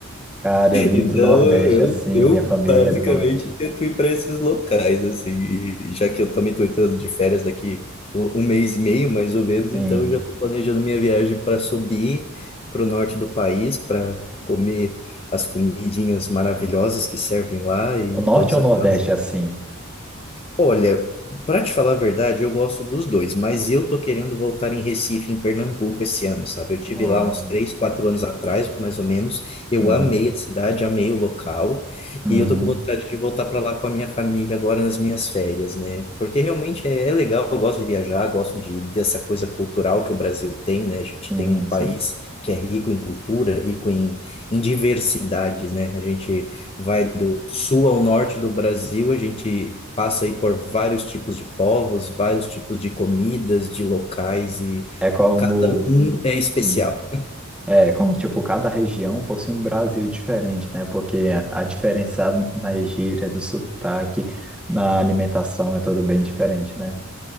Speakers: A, in the centre; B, on the left.
A: cara, eu vim
B: Então,
A: do Nordeste
B: eu,
A: assim,
B: eu, eu
A: minha família
B: basicamente
A: é do Nordeste.
B: tento ir para esses locais, assim, e já que eu também estou entrando de férias daqui um um mês e meio, mais ou menos,
A: Assim,
B: então eu já estou planejando minha viagem para subir para o norte do país, para comer as comidinhas maravilhosas que servem lá e
A: o Norte
B: todas
A: ou
B: aquelas
A: o Nordeste assim?
B: Olha, para te falar a verdade, eu gosto dos dois, mas eu tô querendo voltar em Recife, em Pernambuco, esse ano, sabe? Eu tive
A: No-
B: lá uns três, quatro anos atrás, mais ou menos. Eu
A: Uhum.
B: amei a cidade, amei o local,
A: Uhum.
B: e eu tô com vontade de voltar para lá com a minha família agora nas minhas férias, né? Porque realmente é, é legal, eu gosto de viajar, gosto de dessa coisa cultural que o Brasil tem, né? A gente
A: Sim,
B: tem um país
A: sim.
B: que é rico em cultura, rico em, em diversidades, né? A gente vai do sul ao norte do Brasil, a gente passa aí por vários tipos de povos, vários tipos de comidas, de locais e
A: É como,
B: cada um é especial.
A: hum, é como, tipo, cada região possui um Brasil diferente, né? Porque a diferença na gíria, do sotaque, na alimentação é tudo bem diferente, né?